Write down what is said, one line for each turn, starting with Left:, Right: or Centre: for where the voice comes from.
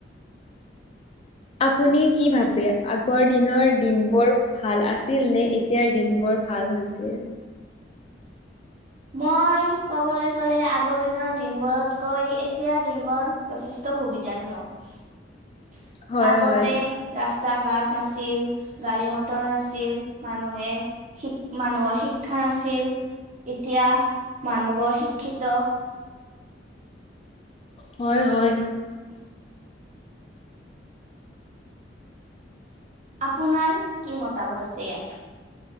Left: আপুনি কি ভাবে আগৰ দিনৰ দিনবোৰ ভাল আছিল নে এতিয়াৰ দিন বোৰ ভাল হৈছে?
Right: মই ক'বলৈ গ'লে আগৰ দিনৰ দিনবোৰতকৈ এতিয়াৰ দিনবোৰ যথেষ্ট সুবিধাজনক।
Left: হয়
Right: আগতে
Left: হয়।
Right: ৰাস্তা ঘাট নাছিল, গাড়ী মটৰ নাছিল মানুহে শিক মানুহৰ শিক্ষা নাছিল। এতিয়া মানুহবোৰ শিক্ষিত
Left: হয়, হয়।
Right: <inaudible> আপোনাৰ কি মতামত আছে ইয়াত?